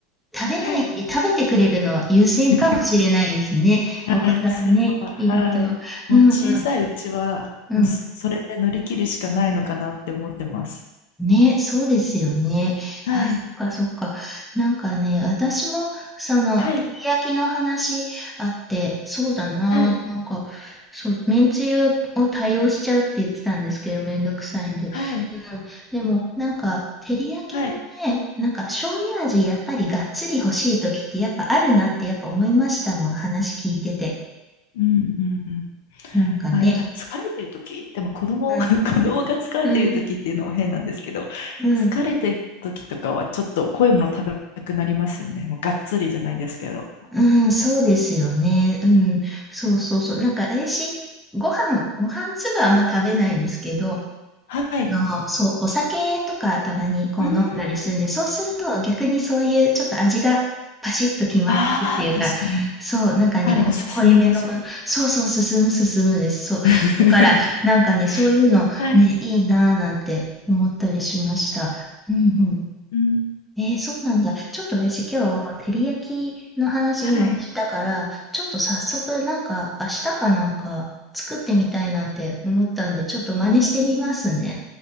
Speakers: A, in the centre; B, on the left (about 80°).
A: 食べない、
B: はい。
A: 食べてくれるの優先かもしれないですね。
B: <laughs> はい、
A: お子さんね、
B: それは、
A: いると。
B: はい。もう小さいうちは、
A: うんうん、うん
B: もうそそれで乗り切るしかないのかなって思ってます。
A: ね、そうですよね。
B: はい。
A: あ、そっかそっか。なんかね、私も、その、
B: はい。
A: 照り焼きの話あって、そうだな、
B: はい。
A: なんか、そう、めんつゆを多用しちゃうって言ってたんですけど、めんどくさいんで。
B: はい。
A: うん。でも、なんか、照り焼きもね、
B: はい。
A: なんか、醤油味、やっぱりがっつり欲しい時って、やっぱあるなって、やっぱ思いましたもん、話聞いてて。
B: うんうんうん。
A: なんかね。
B: あ、いや、多分疲れてる時、でも子供、
A: うん、
B: <laughs> 子供が疲れてる時っていうのも変なんですけど、
A: うん、うん。
B: 疲れてる時とかはちょっと濃いもの食べたくなりますよね。もうがっつりじゃないですけど。
A: うん、そうですよね。うん、そうそうそう。なんか、私、ご飯、ご飯粒はあんま食べないんですけど、
B: はい。
A: あの、そう、お酒とかたまにこう飲んだりするんで、
B: うーん。
A: そうすると逆にそういうちょっと味がパシッと決まってるっていうか、
B: ああ、確かに。
A: そう、なんかね、
B: はい、
A: 濃い、
B: な進みますよね。
A: 濃いめのもの、そうそう、進む、進むです。そう。
B: <laughs>
A: だから、なんかね、そういうの、
B: はい。
A: ね、いいなぁなんて思ったりしました。うん
B: うん。
A: えー、そうなんだ。ちょっと私今日、照り焼きの話今聞いたから、
B: はい。
A: ちょっと早速なんか明日かなんか作ってみたいなって思ったんで、ちょっと真似してみますね。